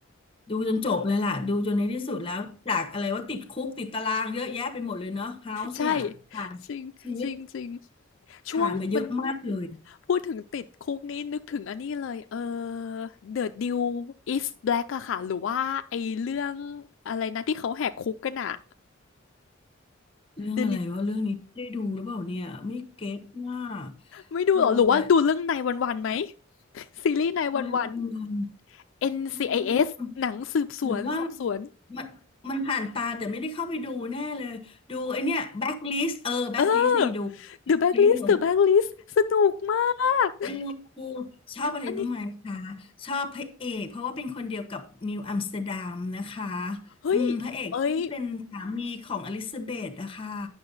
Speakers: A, on the left; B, on the left.
A: ดูจนจบเลยล่ะดูจนในที่สุดแล้วจากอะไรว่าติดคุกติดตารางเยอะแยะไปหมดเลยเนาะ House
B: ใช่
A: เนี่ยผ่านชีวิต
B: จริงจริงจริงช่วงมัน
A: ผ่านมาเยอะมากเลย
B: พูดถึงติดคุกนี้นึกถึงอันนี้เลยเออ The New is Black อะค่ะหรือว่าไอเรื่องอะไรนะที่เขาแหกคุกกันอะ
A: เรื่องอะไรว่าเรื่องนี้ได้ดูหรือเปล่าเนี่ยไม่เก็ตมาก
B: The New ไม่ดูเหรอหรือว่าดูเรื่องนายวันๆไหม
A: ดูแต่
B: <laughs> ซีรีส์นายวัน
A: ่
B: ๆ NCIS
A: อืม
B: หนังสืบสวนสอบสวน
A: หรือว่ามันมันผ่านตาแต่ไม่ได้เข้าไปดูแน่เลยดูไอเนี้ยแบ็คลิสเออแบ็คลิสนี่ดูแบ็คลิสเ
B: เออ The Blacklist The Blacklist สนุกมาก
A: หรอชอบเออชอบอะไรรู้ไหมคะ
B: อันนี้
A: ชอบพระเอกเพราะว่าเป็นคนเดียวกับนิวอัมสเตอร์ดัมนะคะ
B: เฮ้ยเอ้ย
A: อืมพระเอกที่เป็นสามีของอลิซาเบธนะคะ